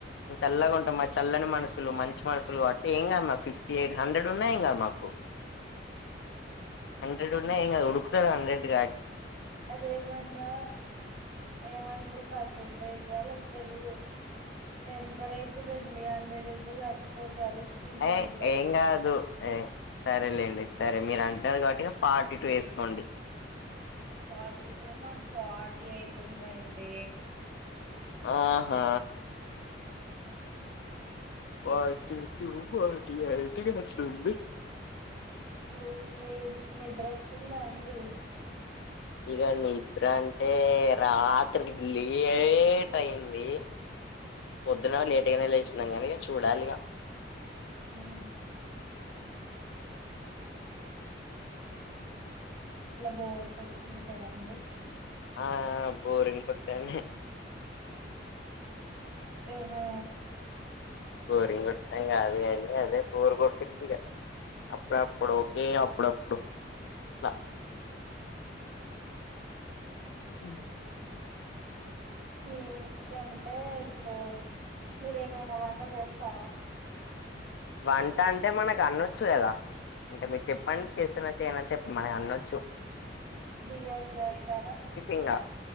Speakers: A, on the left (about 70°); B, on the right (about 40°).
A: చల్లగా ఉంటాం మా చల్లని మనసులు మంచి మనసులు కాబట్టి ఏం కాదు మాకు ఫిఫ్టీ ఎయిట్ హండ్రెడ్ ఉన్నా ఏం కాదు మాకు హండ్రెడ్ ఉన్నాయి ఏం కాదు ఉడుకు ఒకసారి హండ్రెడ్ గా
B: అదే ఏమన్నా ఏమంటారు పర్సెంటేజ్ ఆ లేకపోతే టెంపరేచర్ అండి హాండ్రాడ్ ఉంటే చచ్చిపోతారు స్కిన్
A: ఏ
B: ఊడిపోయి
A: ఏం గాదు ఏ సరేలేండి సరే మీర్ అంటాన్రు కాబట్టి ఇగా ఫార్టీ టూ ఎసుకోండి.
B: ఫార్టీ టూ మాకు ఫార్టీ ఎయిట్ ఉందండి.
A: ఆ హా. Forty two. ఫార్టీ ఐట్ ఇగ నెక్ట్ నుండి.
B: లేదు లేదు, నిద్రోస్తుంద అండి?
A: ఇగోండి ఇబ్రా అంటే. రాత్రి లేట్ అయింది. పొద్దున లేటుగనే లేస్ నంగానే ఇగ చూడాలిగ.
B: ఉమ్ ట్ల బోర్ కొడుతుంది కదా అండి?
A: ఆ బోరింగ్ కొట్టన్
B: ఏమో.
A: బోరింగ్ కొట్టడం కాదు అదే బోరు కొట్టిద్దిగా, అప్పుడప్పుడు ఓకే అప్పుడప్పుడు అట్లా. ఉమ్
B: ఏంటంటే ఇప్పుడు, మీరేమైనా వంట చేస్తారా?
A: వంటంటే మనకు అనొచ్చు గదా. అంటె మీరు చెప్పండి, చేస్తనా చెయ్యనా చెప్ మనకన్నోచ్చు.
B: బిర్యాన్ జేస్తారా?
A: ఇంగా